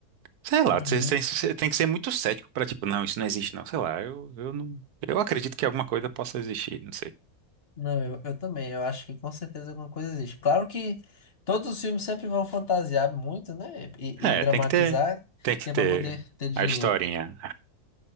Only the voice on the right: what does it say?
sei lá,
você tem, você tem que ser muito cético pra, tipo, não, isso não existe, não. Sei lá, eu, eu não. Eu acredito que alguma coisa possa existir, não sei.
É,
tem que ter, tem que
ter
a historinha.